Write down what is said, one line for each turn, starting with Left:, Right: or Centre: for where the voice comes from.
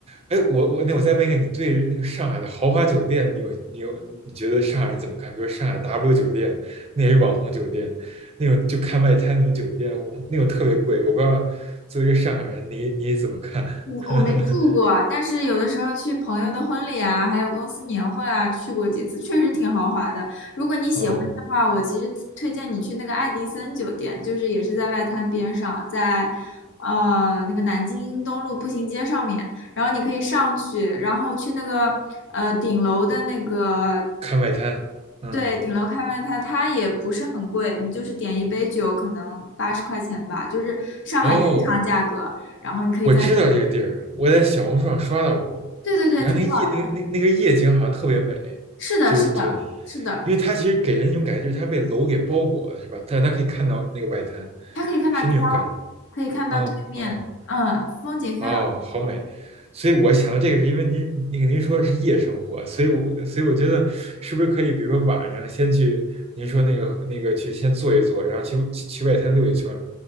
Right: 哎，我我那我再问一个，你对那个上海的豪华酒店，你有你有你觉得上海人怎么看？比如上海 W 酒店，那也是网红酒店，那种就看外滩那种酒店，我那种特别贵。我不知道作为一个上海人，你你怎么看？
Left: 嗯，
Right: <laughs>
Left: 我没住过，但是有的时候去朋友的婚礼啊，还有公司年会啊，去过几次，确实挺豪华的。如果你喜欢的话，
Right: 哦，
Left: 我其实推荐你去那个爱迪森酒店，就是也是在外滩边上，在呃那个南京东路步行街上面，然后你可以上去，然后去那个呃顶楼的那个。
Right: 看外滩，嗯，
Left: 对，顶楼看外滩，它也不是很贵，你就是点一杯酒，可能八十块钱吧，就是上海正常价格。
Right: 哦，
Left: 然后你可以在那
Right: 我知道这个地儿，我在小红书上刷到过。
Left: 对对对，
Right: 然后那夜那个那那个夜景好像特别美，
Left: 挺好的。是的，
Right: 就是对，
Left: 是的，是的，
Right: 因为它其实给人一种感觉，就是它被楼给包裹了，是吧？但是它可以看到那个外滩，
Left: 它可以看到江，
Right: 是那种感觉。
Left: 可以看到对面，
Right: 嗯嗯，
Left: 嗯，风景非常不错。
Right: 哦，好美。所以我想到这个，是因为您那个您说的是夜生活，所以我所以我觉得是不是可以，比如说晚上先去您说那个那个去先坐一坐，然后去去去外滩溜一圈儿